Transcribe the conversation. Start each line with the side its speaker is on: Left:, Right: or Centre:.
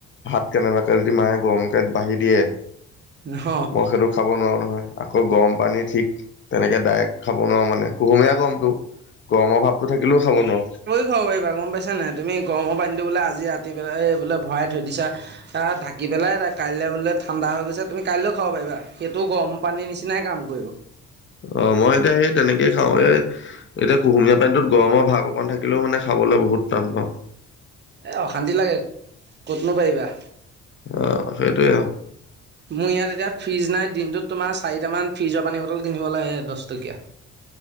Left: ভাত কেনেবাকে য মাহে গৰম কত বাঢ়ি দিয়ে
Right: নহ
Left: মই সেইটো খাব নোৱাৰো নহয় আকৌ গৰম পানী ঠিক তেনেকে ডাইৰেক্ট খাব নোৱাৰো মানে কুহুমীয়া গমতটো গৰমৰ ভাৱটো থাকিলেও খাব ন
Right: খব পাৰিবা গম পাইছা নাই তুমি গৰমৰ পানীতটো বোলে আজি ৰাতি পেলাই বোলে ভৰাই থৈ দিছাঢাকি পেলাইা কাইলৈ বোলে ঠাণ্ডা হৈ গৈছে তুমি কাইলৈও খাব পাৰিবা সেইটো গৰম পানী নিচিনাই কাম কৰিব
Left: অ মই এতিয়া সেই তেনেকেই খাও এ এতিয়া কুহুমীয়া পানীতটোত গৰমৰ ভাৱ অকণ থাকিলেও মানে খাওঁ খাবলৈ বহুত টান পাওঁ
Right: এ অশান্তি লাগে ক'তনো পাৰিবা
Left: অ সেইটোৱে
Right: মোৰ ইয়াত এতিয়া ফ্ৰিজ নাই দিনটোত তোমাৰ চাৰিটামান ফ্ৰিজৰ পানী বটল কিনিব লাগে দহ টকীয়া